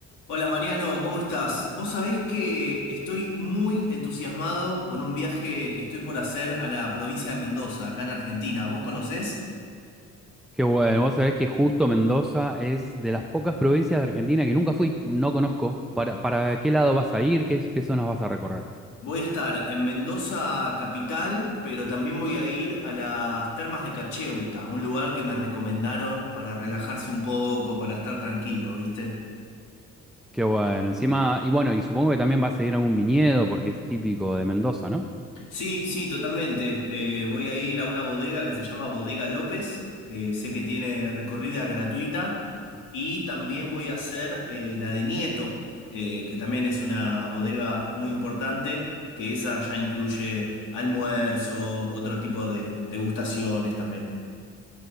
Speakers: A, on the left; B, in the centre.
A: Hola Mariano, ¿cómo estás? Vos sabés que estoy muy entusiasmado con un viaje que estoy por hacer a la provincia de Mendoza, acá en Argentina. ¿Vos conocés?
B: Qué bueno, vos sabés que justo Mendoza es de las pocas provincias de Argentina que nunca fui, no conozco. ¿Para, para qué lado vas a ir? ¿Qué, qué zonas vas a recorrer?
A: Voy a estar en Mendoza capital, pero también voy a ir a las termas de Cacheuta, un lugar que me recomendaron para relajarse un poco, para estar tranquilo, ¿viste?
B: Qué bueno, encima, y bueno, y supongo que también vas a ir a un viñedo porque es típico de Mendoza, ¿no?
A: Sí, sí, totalmente. Eh, voy a ir a una bodega que se llama Bodega López, que sé que tiene recorrida gratuita, y también voy a hacer eh, la de Nieto, eh, que también es una bodega muy importante, que esa ya incluye almuerzo, otro tipo de degustaciones también.